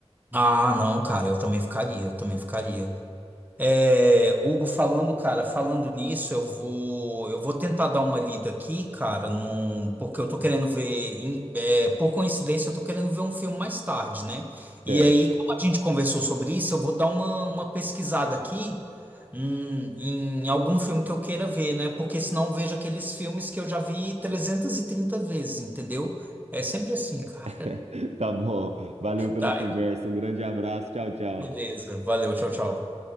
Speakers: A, on the right (about 15°); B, on the right (about 70°).
A: Ah, não, cara, eu também ficaria, eu também ficaria. É, Hugo falando, cara, falando nisso, eu vou, eu vou tentar dar uma lida aqui, cara, num, porque eu tô querendo ver, em- é, por coincidência, eu tô querendo ver um filme mais tarde, né?
B: Certo.
A: E aí, como a gente conversou sobre isso, eu vou dar uma, uma pesquisada aqui, hum, em algum filme que eu queira ver, né? Porque senão eu vejo aqueles filmes que eu já vi 330 vezes, entendeu? É sempre assim, cara.
B: <laughs>
A: <laughs>
B: Tá bom. Valeu pela
A: Tá,
B: conversa. Um grande abraço. Tchau, tchau.
A: beleza. Valeu, tchau, tchau.